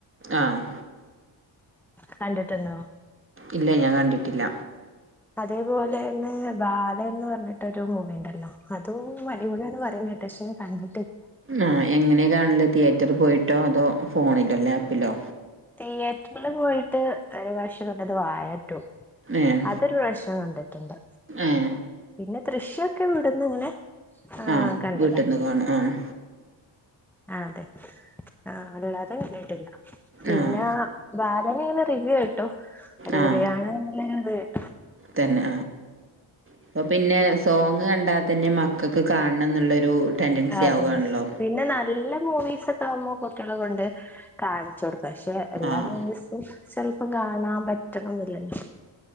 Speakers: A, on the right; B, in the centre.
A: ആ.
B: കണ്ടിട്ടണ്ടോ?
A: ഇല്ല ഞാൻ കണ്ടിട്ടില്ല.
B: അതേപോലെന്നെ ബാലന് ന്ന് പറഞ്ഞിട്ടരു മൂവിണ്ട്. അതും അടിപൊളാന്ന് പറയുന്ന കേ ട്ട പക്ഷെ ഞാൻ കണ്ട്
A: ആ എങ്ങനെയ കാണൽ? തിയേറ്റർ പോയിട്ടോ അതോ ഫോണിലോ ലാപ്പിലോ?
B: തീയേറ്ററിൽ പോയിട്ട് ഒരു പ്രാവശ്യം കണ്ടത് വാഴ ആണ്.
A: ഏഹ്
B: അതൊരു പ്രാവശ്യം കണ്ടിട്ടുണ്ട്.
A: ഏഹ്
B: പിന്നെ ദൃശ്യൊക്കെ ഇവിടെന്നെന്നെ ഏ
A: ആഹ്
B: കണ്ടതാ.
A: വീട്ടിന്ന് കാണും ആഹ്
B: അതെ. ആ, അല്ലാതെ കാര്യായിട്ടില്ല. പിന്നെ
A: ആഹ്
B: ബാലൻ ഇങ്ങനെ റിവ്യൂ കേട്ടു. അടിപൊളിയാണ്
A: ആഹ്
B: ഇന്നിങ്ങനെ കേട്ട്.
A: തന്നെ. അപ്പൊ പിന്നെ സോങ് കണ്ടാ തന്നെ മക്കൾക്ക് കാണണം എന്നുള്ളൊരു ടെൻഡൻസി
B: അതെ.
A: ആവുകയാണല്ലോ
B: പിന്നെ നല്ല മൂവീസ ഒക്കെ ആവുമ്പോ കുട്ടികള കൊണ്ട് കാണിച്ചു കൊടുക്കും, പക്ഷെ എല്ലാ
A: ആഹ്
B: മൂവീസും ചെലപ്പം കാണാൻ പറ്റണംന്നില്ലല്ലോ.